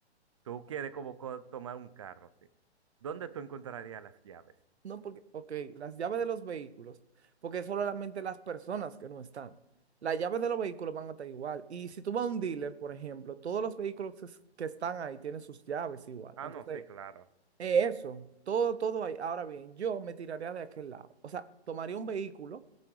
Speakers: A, on the right (about 30°); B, on the right (about 70°).
A: Tú quieres como co- tomar un carro, así. ¿Dónde tú encontrarías las llaves?
B: No, porque, ok, las llaves de los vehículos, porque es solamente las personas que no están. Las llaves de los vehículos van a estar igual. Y si tú vas a un dealer, por ejemplo, todos los vehículos que es- que están ahí tienen sus llaves igual.
A: Ah,
B: Entonces,
A: no, sí, claro.
B: es eso, todo, todo ahí. Ahora bien, yo me tiraría de aquel lado. O sea, tomaría un vehículo